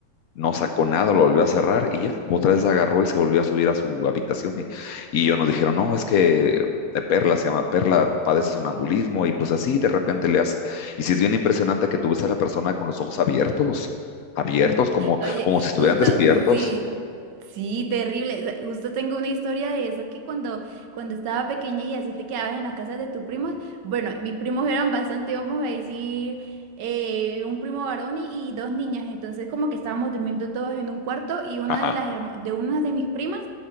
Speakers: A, on the left; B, on the right.
A: no sacó nada, lo volvió a cerrar y ya, otra vez agarró y se volvió a subir a su habitación y, y ellos nos dijeron, no, es que eh, Perla se llama, Perla padece sonambulismo y pues así de repente le hace. Y si es bien impresionante que tú ves a la persona con los ojos abiertos, abiertos, como,
B: Oye,
A: como si estuvieran
B: justo,
A: despiertos.
B: <laughs> sí, sí, terrible. O sea, Justo tengo una historia de eso que cuando, cuando estaba pequeña y así te quedabas en la casa de tus primos, bueno, mis primos eran bastante, vamos a decir, eh, un primo varón y, y dos niñas, entonces como que estábamos durmiendo todos en un cuarto y una
A: Ajá.
B: de las herma- de una de mis primas